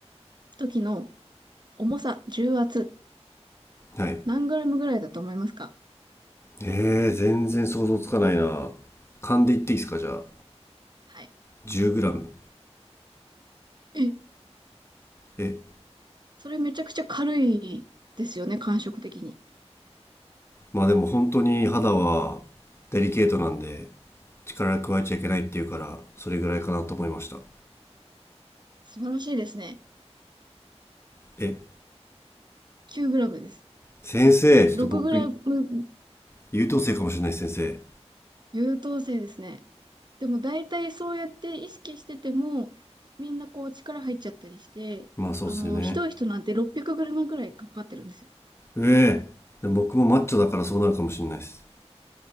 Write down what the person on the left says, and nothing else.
はい。
えー、全然想像つかないな。噛んでいっていいですかじゃあ。
1 0ム
え
まあでも本当に肌はデリケートなんで力加えちゃいけないっていうからそれぐらいかなと思いました
え
先生ちょっと僕
優等生かもしれないです先
生まあそうっすよね
ええでも僕もマッチョだからそうなるかもしれないです